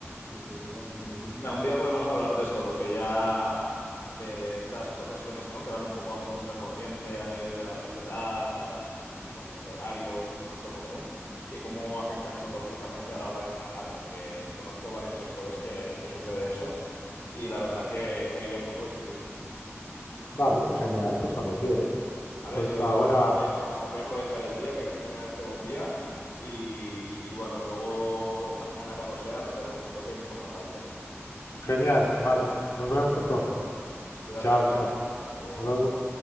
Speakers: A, on the left (about 55°); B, on the left (about 80°).
A: Sí, sí, totalmente. Pues Mira, mira, un día podemos hablar de esto, porque ya de estas profesiones, ¿no? que van un poco en contracorriente a nivel de la sociedad, a- ya te digo, a nivel de horarios o que no es lo común, que cómo afectan psicológicamente a la hora de encajar, porque conozco varios sectores que, que sucede eso y la verdad que, que a nivel coco es difícil.
B: Vale, genial, pues cuando quieres.
A: Vale,
B: Pues
A: yo
B: ahora
A: también voy a, voy a aprovechar el día, que aquí también hace buen día. Y, y bueno, luego o mañana, cuando sea, nos pegamos un toque y nos ponemos al día.
B: Genial, Mark. Nos vemos
A: Pues venga,
B: entonces.
A: tío, cuídate.
B: Chao,
A: Hasta
B: chao.
A: Luego.
B: Hasta luego.